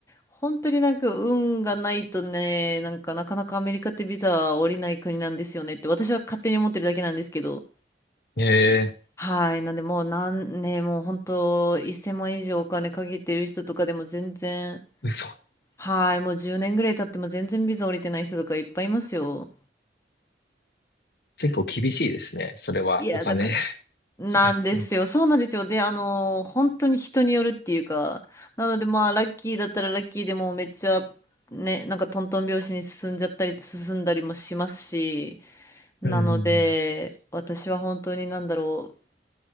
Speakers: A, on the left (about 15°); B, on the left (about 60°).
A: 本当になんか運がないとね、なんかなかなかアメリカってビザは下りない国なんですよねって私は勝手に思ってるだけなんですけど。
B: ええ
A: はい。なんでもう何ね、もう本当1000万以上お金かけてる人とかでも全然、
B: 嘘。
A: はい。もう10年ぐらい経っても全然ビザ下りてない人とかいっぱいいますよ。
B: 結構厳しいですね。それはお金
A: いや、だから、
B: <laughs>
A: なんですよ。
B: かかってる。
A: そうなんですよ。で、あの本当に人によるっていうか、なのでまあ、ラッキーだったらラッキーでもうめっちゃ、ね、なんかトントン拍子に進んじゃったり、進んだりもしますし、なので、
B: うんうんうん。
A: 私は本当になんだろう、